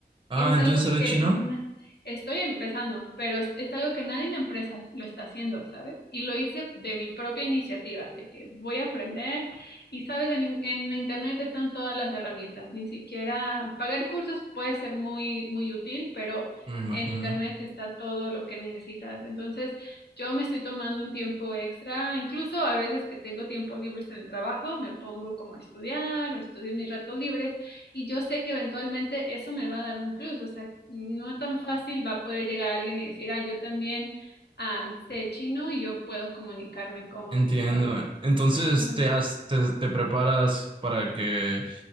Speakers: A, on the right; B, on the left.
A: Ah,
B: Y eso es
A: entonces
B: algo
A: sabes
B: que
A: chino,
B: mm, estoy empezando, pero es, es algo que nadie en la empresa lo está haciendo, ¿sabes? Y lo hice de mi propia iniciativa, de que voy a aprender y, ¿sabes? En, en la internet están todas las herramientas, ni siquiera pagar cursos puede ser muy, muy útil, pero
A: me imagino.
B: en internet está todo lo que necesitas. Entonces, yo me estoy tomando un tiempo extra, incluso a veces que tengo tiempo libres en el trabajo, me pongo como a estudiar o estudio en mis ratos libres y yo sé que eventualmente eso me va a dar un plus, o sea, no tan fácil va a poder llegar alguien y decir, ah, yo también am, sé chino y yo puedo comunicarme con,
A: Entiendo.
B: con
A: Entonces
B: personas.
A: te
B: ¿no?
A: has, te, te preparas para que